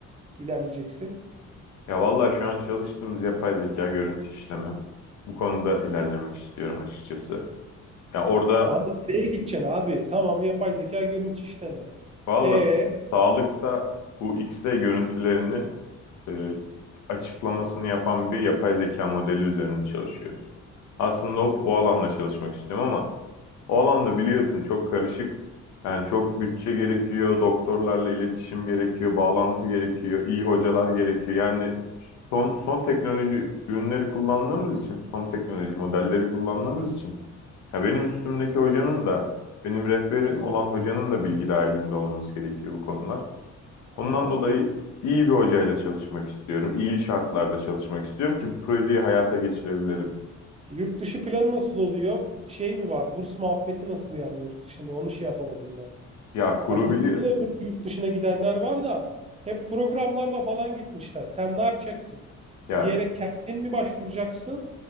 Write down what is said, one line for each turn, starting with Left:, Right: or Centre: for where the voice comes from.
Right: ilerleyeceksin?
Left: Ya vallahi şu an çalıştığımız yapay zeka görüntü işleme. Bu konuda ilerlemek istiyorum açıkçası. Ya orada
Right: Tamam da nereye gideceksin abi? Tamam yapay zeka görüntü işleme.
Left: valla
Right: E
Left: sağlıkta bu X-ray görüntülerini e, açıklamasını yapan bir yapay zeka modeli üzerinde çalışıyoruz. Aslında o, o alanda çalışmak istiyorum ama o alanda biliyorsun çok karışık. Yani çok bütçe gerekiyor, doktorlarla iletişim gerekiyor, bağlantı gerekiyor, iyi hocalar gerekiyor. Yani son son teknoloji ürünleri kullandığımız için, son teknoloji modelleri kullandığımız için ya benim üstümdeki hocanın da benim rehberim olan hocanın da bilgi dahilinde olması gerekiyor bu konular.
Right: ha,
Left: Ondan dolayı iyi bir hocayla çalışmak istiyorum. İyi şartlarda çalışmak istiyorum ki bu projeyi hayata geçirebilelim.
Right: yurt dışı planı nasıl oluyor? Şey mi var? Burs muhabbeti nasıl yani yurt dışında? Onu şey yapamadım ben.
Left: Ya kuru
Right: Ha bizim
Left: biliyorsun.
Right: burada da yurt yurt dışına gidenler var da hep programlarla falan gitmişler. Sen ne yapacaksın?
Left: Ya
Right: Bir yere kendin mi başvuracaksın